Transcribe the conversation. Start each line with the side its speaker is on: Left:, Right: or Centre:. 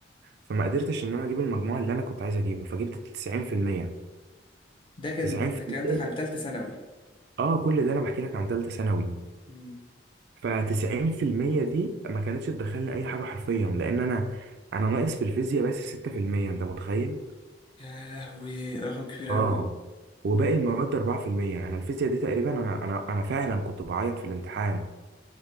Right: فما قدرتش إن أنا أجيب المجموع اللي أنا كنت عايز أجيبه فجبت 90%
Left: ده كان
Right: 90%
Left: ده الكلام ده كان تالتة ثانوي
Right: آه كل ده أنا بحكي لك عن تالتة ثانوي
Left: امم
Right: ف 90% دي ما كانتش تدخلني أي حاجة حرفيا لأن أنا أنا ناقص في الفيزياء بس 6% أنت متخيل؟
Left: يا لهوي رقم كبير
Right: اه
Left: قوي
Right: وباقي المواد 4% انا الفيزياء دي تقريبا انا انا انا فعلا كنت بعيط في الامتحان